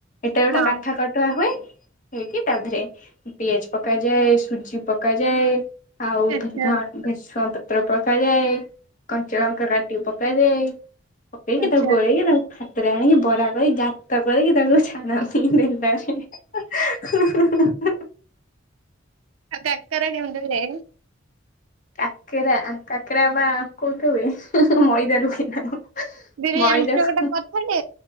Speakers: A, on the left; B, on the right.
A: ଏଟା ଗୋଟେ
B: ହଁ
A: କାଠାଆ କଠୁଆ ହୁଏ। ହେ କି ତା ଦେହରେ ପିଆଜ ପକାଯାଏ ସୁଜି ପକାଯାଏ। ଆଉ
B: ଆଚ୍ଛା
A: ଭେସୁଆ ପତ୍ର ପତ୍ର ପକାଯାଏ କଞ୍ଚା ଲଙ୍କା କାଟି କି ପକାଯାଏ। ପକେଇକି
B: ଆଚ୍ଛା।
A: ତାକୁ ଗୋଲେଇକି ତା ପରେ ଆଣିକି ବରା କରି ଗାତ କରିକି ତାକୁ ଛାଣନ୍ତି। ନାରେ <unintelligible>
B: ଆଉ କାକାରା କେମିତି ହୁଏ।
A: କାକେରା କାକେରା ବା କୋଉଠ ହୁଏ ମଇଦା ରୁ ହୁଏ ନା କଣ।
B: ବିରି
A: ମଇଦାକୁ
B: ଆଣିଚ ଗୋଟେ କଥାଟେ